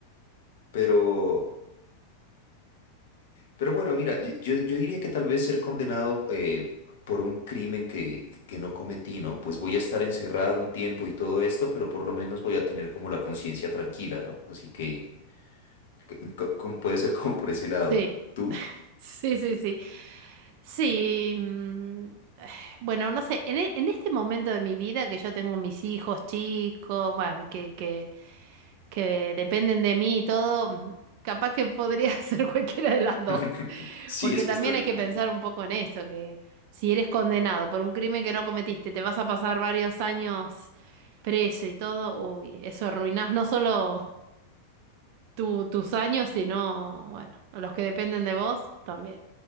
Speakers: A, on the left (about 55°); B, on the right (about 45°).
A: pero... Pero bueno, mira, y- yo, yo diría que tal vez ser condenado eh, por un crimen que, que no cometí, ¿no? Pues voy a estar encerrado un tiempo y todo esto, pero por lo menos voy a tener como la conciencia tranquila, ¿no? Así que c- c- como puede ser como por ese lado.
B: Sí,
A: ¿Tú?
B: <laughs> sí, sí, sí. Sí, mm, <sighs> bueno, no sé, en, e- en este momento de mi vida que yo tengo mis hijos chicos, bueno, que, que, que dependen de mí y todo, mm, capaz que podría <laughs> ser cualquiera de las dos,
A: <laughs> Sí,
B: porque
A: es que
B: también
A: está difícil.
B: hay que pensar
A: ¿eh?
B: un poco en eso, que si eres condenado por un crimen que no cometiste, te vas a pasar varios años preso y todo, uy, eso arruinás no solo tu- tus años, sino, bueno, los que dependen de vos también.